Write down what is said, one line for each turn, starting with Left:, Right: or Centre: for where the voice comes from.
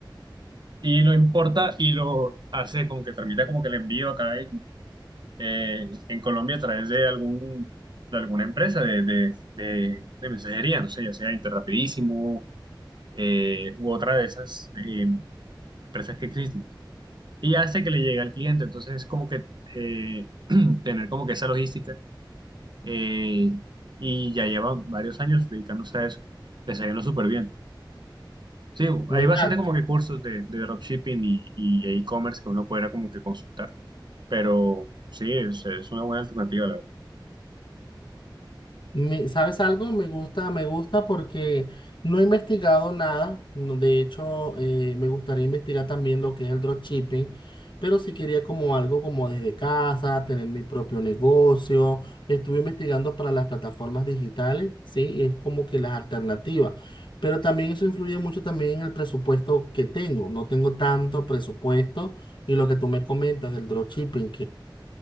Right: Y lo importa y lo hace como que tramita como que el envío acá en, eh, en Colombia a través de algún, de alguna empresa de, de, de, de mensajería, no sé, ya sea Interrapidísimo eh, u otra de esas eh, empresas que existen. Y hace que le llegue al cliente. Entonces, como que eh, <clears throat> tener como que esa logística eh, y ya lleva varios años dedicándose a eso. Le está yendo súper bien. Sí, hay
Left: Mira,
Right: bastante como que cursos de, de dropshipping y, y e-commerce que uno pudiera como que consultar. Pero sí, es, es una buena alternativa, la verdad.
Left: Me- ¿sabes algo? Me gusta, me gusta porque no he investigado nada. no- De hecho, eh, me gustaría investigar también lo que es el dropshipping, pero sí quería como algo como desde casa, tener mi propio negocio. Estuve investigando para las plataformas digitales, sí, es como que las alternativas. Pero también eso influye mucho también en el presupuesto que tengo. No tengo tanto presupuesto y lo que tú me comentas del dropshipping,